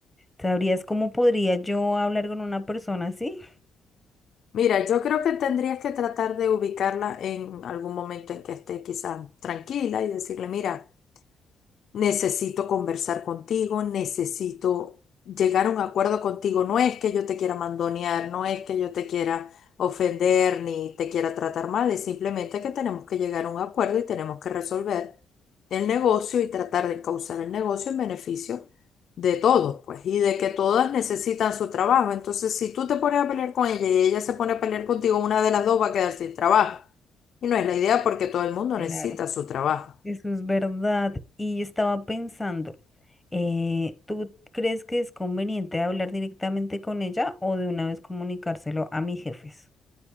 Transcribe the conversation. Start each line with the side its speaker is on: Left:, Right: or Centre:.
Centre: ¿Sabrías cómo podría yo hablar con una persona así?
Left: Mira, yo creo que tendrías que tratar de ubicarla en algún momento en que esté quizá tranquila y decirle, mira, necesito conversar contigo, necesito llegar a un acuerdo contigo. No es que yo te quiera mandonear, no es que yo te quiera ofender ni te quiera tratar mal, es simplemente que tenemos que llegar a un acuerdo y tenemos que resolver el negocio y tratar de causar el negocio en beneficio de todos, pues, y de que todas necesitan su trabajo. Entonces, si tú te pones a pelear con ella y ella se pone a pelear contigo, una de las dos va a quedar sin trabajo. Y no es la idea porque todo el mundo
Centre: Claro.
Left: necesita su trabajo.
Centre: Eso es verdad. Y estaba pensando, eh, ¿tú crees que es conveniente hablar directamente con ella o de una vez comunicárselo a mis jefes?